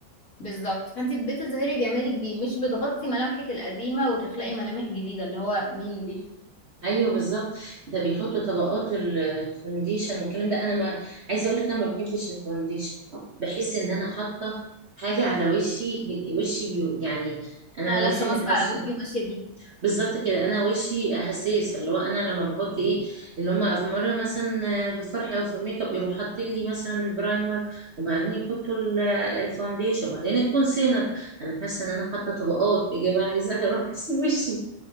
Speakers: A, on the left; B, on the right.
A: بالظبط فانت بتظهري جمالك بيه مش بتغطي ملامحك القديمه وتخلقي ملامح جديده اللي هو مين دي
B: ايوه بالظبط ده بيحطوا طبقات الفونديشن والكلام ده انا ما عايزه اقول لك انا ما بحبش الفونديشن بحس ان انا حاطه حاجه على وشي وشي بيو يعني انا
A: انا
B: من
A: لابسه
B: وشي
A: ماسك
B: منحسن
A: على وشي وماشيه بيه
B: بالظبط كده انا وشي حساس فاللي هو انا لما بحط ايه اللي هم في مره مثلا في الفرح او في الميك اب يروح حاطين لي مثلا البرايمر وبعدين يحطوا ال- الفونديشن وبعدين الكونسيلر انا حاسه ان انا حاطه طبقات يا جماعه عايزه اروح اغسل وشي